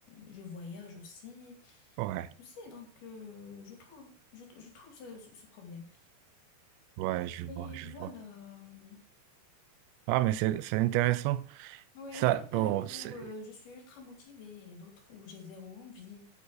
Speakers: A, on the left; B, on the right.
A: je voyage aussi.
B: Ouais,
A: Tu sais, donc euh, je trouve, je, je trouve ce, ce ce problème.
B: ouais, je
A: Et
B: vois, je
A: voilà.
B: vois.
A: euh,
B: Ah, mais c'est, c'est intéressant.
A: Ouais,
B: Ça,
A: il y a des
B: bon,
A: périodes où
B: c'est,
A: euh, je suis ultra motivée et d'autres où j'ai zéro envie,